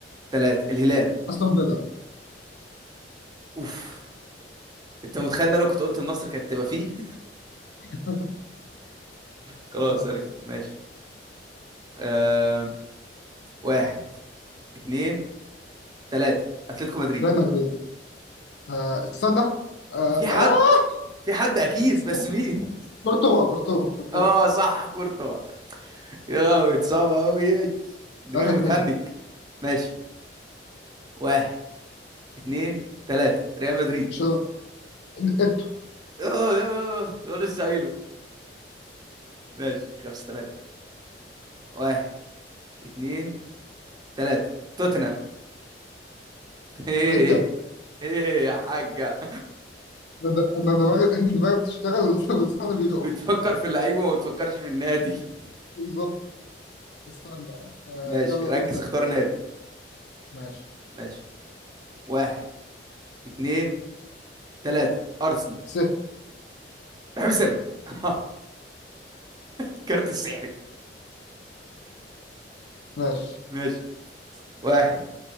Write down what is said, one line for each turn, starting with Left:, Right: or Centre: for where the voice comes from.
Right: تلاتة الهلال
Left: استون فيلا
Right: اوف انت متخيل ان انا لو كنت قلت النصر كانت تبقى فيه <laughs>
Left: <laughs>
Right: خلاص
Left: آه،
Right: ارجع ماشي آه واحد اتنين تلاتة اتلتيكو مدريد
Left: ريال مدريد آه استنى آه
Right: في حد
Left: آه
Right: في حد اكيد
Left: استنى
Right: بس مين
Left: كورتوا كورتوا كورتوا
Right: اه صح كورتوا يا لهوي دي صعبة أوي دماغي
Left: 3 2
Right: بتهنج ماشي واحد اتنين تلاتة ريال مدريد
Left: برشلونة انتوا
Right: اه اه ده لسه قايله ماشي خمسة تلاتة واحد اتنين تلاتة توتنهام <laughs> ايه
Left: اي
Right: ايه يا حاجة
Left: انا د- أنا دماغي <laughs> دماغي بتشتغل <laughs> لساني
Right: <laughs>
Left: بيقف
Right: بتفكر في اللعيب وما بتفكرش في النادي <laughs>
Left: بالظبط استنى آه
Right: ماشي
Left: يلا قول
Right: ركز
Left: تلاتة
Right: اختار نادي
Left: ماشي
Right: ماشي واحد اتنين تلاتة أرسنال
Left: ست
Right: رحيم سلم <laughs> الكارت السحري
Left: ماشي
Right: ماشي واحد